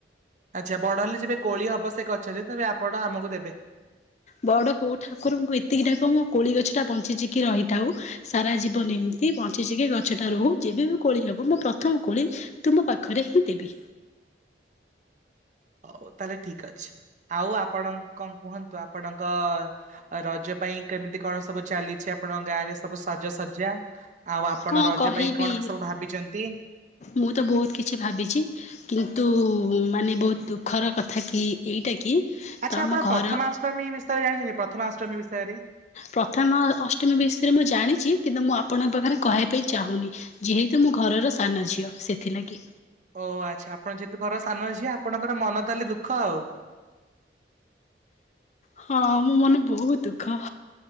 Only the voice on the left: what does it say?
ବଡ ହଉ ଠାକୁରଙ୍କୁ ଏତିକି ଡାକ ମୋ କୋଳି ଗଛ ଟା ବଞ୍ଚିଚିକି ରହିଥାଉ। ସାରା ଜୀବନ ଏମିତି ବଞ୍ଚିକି ଗଛଟା ରହୁ ଯେବେ ବି କୋଳି ହବ ମୁଁ ପ୍ରଥମ କୋଳି। ତୁମ ପାଖରେ ହିଁ ଦେବି।
କଣ
କହିବି
ମୁଁ ତ ବହୁତ କିଛି ଭାବିଛି। କିନ୍ତୁ ମାନେ ବହୁତ ଦୁଃଖର କଥା କି ଏଇଟା କି।
ତ ଆମ
ଘର
ପ୍ରଥମା ଅଷ୍ଟମୀ ବିଷୟରେ ମୁଁ ଜାଣିଛି କିନ୍ତୁ ମୁଁ ଆପଣଙ୍କ ପାଖରେ କହିବା ପାଇଁ ଚାହୁଁନି। ଯେହେତୁ ମୁଁ ଘରର ସାନ ଝିଅ ସେଥିଲାଗି।
ହଁ ମୋ ମନ ବହୁତ ଦୁଃଖ।